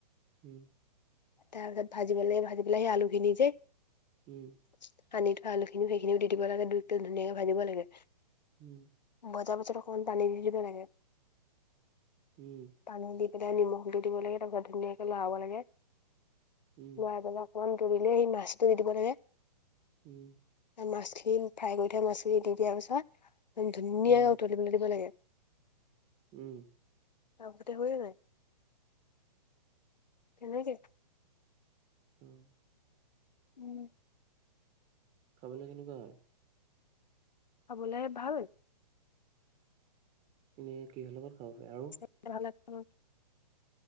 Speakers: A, on the right; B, on the left.
A: উম'।
B: তাৰ পিছত ভাজি পেলাই ভাজি পেলাই সেই আলু খিনি যে।
A: উম'।
B: সানি থোৱা আলুখিনি সেইখিনিও দি দিব লাগে দু- ধুনীয়াকে ভাজিব লাগে।
A: উম'।
B: ভজা পিছত অকণমান পানী দি দিব লাগে।
A: উম'।
B: পানী দি পেলাই নিমখ দি দিব লাগে তাৰ পিছত ধুনীয়াকে লৰাব লাগে,
A: উম,
B: লৰাই পেলাই অকণমান দূবিলে সেই মাছটো দি দিব লাগে।
A: উম'।
B: মাছখিনি ফ্ৰাই কৰি থোৱা মাছখিনি দি দিয়াৰ পিছত। ধুনীয়াকে
A: উম, উম,
B: উতলিবলৈ দিব লাগে।
A: উম'।
B: তাৰ পিছতে হৈয়ে যায়। এনেকে?
A: উম।
B: উম।
A: খাবলৈ কেনেকুৱা হয়?
B: খাবলে ভাল।
A: এনে কিহৰ লগত খাব পাৰে আৰু?
B: খাই ভাল লাগে, উমঁ।